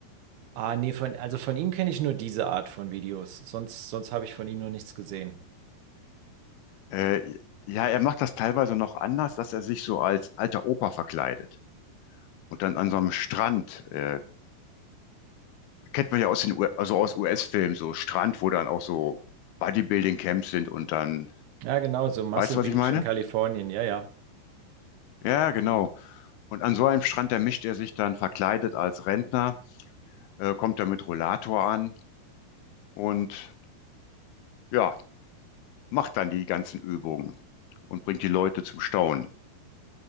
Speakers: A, on the right; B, on the left.
A: Ah, nee, von, also von ihm kenne ich nur diese Art von Videos. Sonst, sonst habe ich von ihm noch nichts gesehen.
B: Äh, ja, er macht das teilweise noch anders, dass er sich so als alter Opa verkleidet. Und dann an so einem Strand, äh, kennt man ja aus den U also aus US-Filmen, so Strand, wo dann auch so Bodybuilding-Camps sind und dann,
A: Ja, genau, so Muscle
B: weißt du,
A: Beach
B: was ich meine?
A: in Kalifornien, ja, ja.
B: Ja, genau.
A: Genau.
B: Und an so einem Strand, da mischt er sich dann verkleidet als Rentner, äh, kommt dann mit Rollator an und ja, macht dann die ganzen Übungen und bringt die Leute zum Staunen.